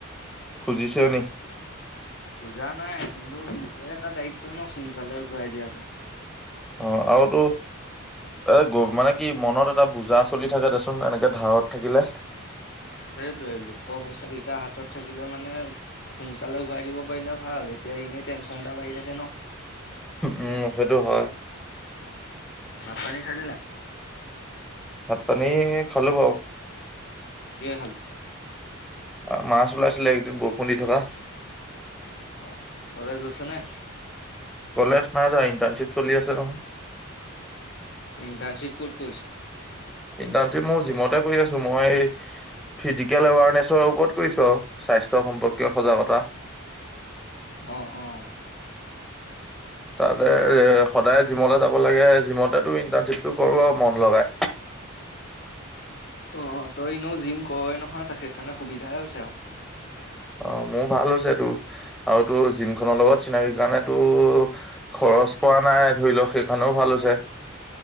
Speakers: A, in the centre; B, on the left.
A: খুজিছে নি?
B: খোজা নাই কিন্তু নিজৰ এটা দায়িত্ব ন' সোনকালে ঘূৰাই দিয়াটো।
A: অঁ আওটো এ গ, মানে কি, মনত এটা বুজা চলি থাকে দেচোন, এনেকে ধাৰত থাকিলে।
B: সেইটোৱে লোকৰ পইঁচা কেইটা হাতত থাকিলে মানে সোনকালে ঘূৰাই দিব পাৰিলে ভাল। এতিয়া এনেই টেন্‌শ্বন এটা বাঢ়ি থাকে ন'।
A: উম, সেইটো হ'য়।
B: ভাত- পানী খালি নাই?
A: ভাত- পানী খালো বাওঁ।
B: কিহে খালি?
A: অঁ, মাছ ওলাইছিলে এইকেইদিন বৰষুণ দি থকা।
B: অঁ, কলেজ গৈছ নে?
A: কলেজ নাইযোৱা। ইন্টাৰ্নশ্বিপ চলি আছে নহয়।
B: ইণ্টাৰ্নশ্বিপ ক'ত কৰিছ?
A: ইণ্টাৰ্নশ্বিপ মোৰ জিমতে কৰি আছো। মই এই ফিজিকেল এৱাৰনেছৰ ওপৰত কৰিছো আও। স্বাস্থ্য সম্প- কীয় সজাগতা।
B: অ' অ'।
A: তাতে, সদায় জিমলে যাব লাগে। জিমতেটো ইণ্টাৰ্নশ্বিপটো কৰো আও মন লগাই।
B: <unintelligible> অঁ, তই এনেও জিম কৰই নহয়। তাত সেইকাৰণে সুবিধাই হৈছে আও।
A: অঁ, মোৰ ভাল হৈছেটো আৰু তোৰ জিম খনৰ লগত চিনাকি কাৰণেটো খ্‌ খৰচ পোৱা নাই। ধৰিলওক, সেইকাৰণেও ভাল হৈছে।